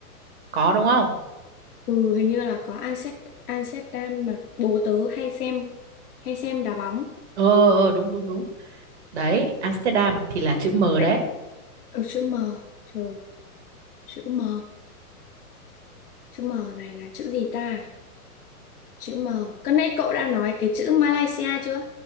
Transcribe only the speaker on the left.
Ừ, hình như là có Amsterdam, Amsterdam mà bố tớ hay xem hay xem đá bóng.
Vậy
Ừ, chữ M. Trời, chữ M. Chữ M này là chữ gì ta? Chữ M. Cái nãy cậu đã nói cái chữ Malaysia chưa?